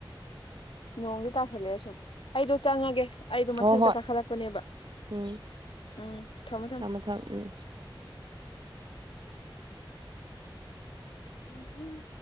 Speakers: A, on the left; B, on the right.
A: ꯅꯣꯡꯁꯨ ꯇꯥꯁꯜꯂꯛꯑꯦ ꯁꯨꯝ ꯑꯩꯗꯣ ꯆꯪꯉꯒꯦ ꯑꯩꯗꯣ
B: ꯍꯣ
A: ꯃꯊꯛꯇ
B: ꯍꯣꯏ
A: ꯀꯥꯈꯠꯂꯛꯄꯅꯦꯕ
B: ꯎꯝ
A: ꯎꯝ ꯊꯝ ꯃꯣ ꯊꯝꯃꯣ
B: ꯊꯥꯝ ꯃꯣ ꯊꯝ ꯎꯝ
A: ꯎꯝ ꯎꯝ